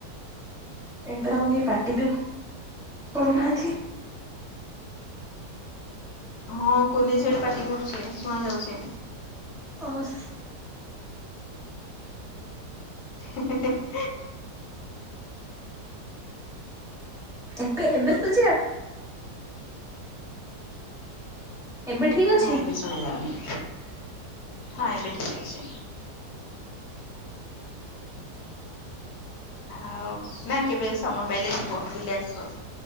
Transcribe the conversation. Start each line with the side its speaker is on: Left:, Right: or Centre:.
Centre: ତାପରେ ଆଉ କେ ପାଟି ଦିଅ କରୁନାହାନ୍ତି।
Left: ହଁ କୁନି ଝିଅଟେ ପାଟି କରୁଚି ଶୁଣ ଯାଉଛି।
Centre: ଅସ୍
Left: ହେ ହେ
Centre: ଏବେ ଏବେ ବୁଝାଅ? ଏବେ ଠିକ ଅଛି
Left: ନାଇ ଏବେ ଶୁଣା ଯାାଉନି ହଁ ଏବେ ଠିକ ଅଛି। ଆଉ ନା କେବେ ସମୟ ପାଇଲେ ଯିବ ବୁଲି ଆସିବ।